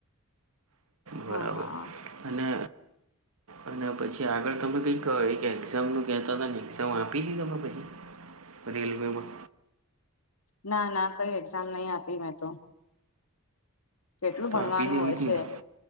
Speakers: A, on the right; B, on the left.
A: બરાબર
B: હા હા
A: અને અને પછી આગળ તમે કઈ કહો એક્ઝામ નું કહેતા હતા ને એક્ઝામ આપી હતી તમે પછી રેલવેમાં
B: ના ના કઈ એક્ઝામ નહી આપી મેં તો કેટલું
A: તો
B: ભણવાનું
A: આપી દેવી
B: હોય
A: હતી
B: છે
A: ને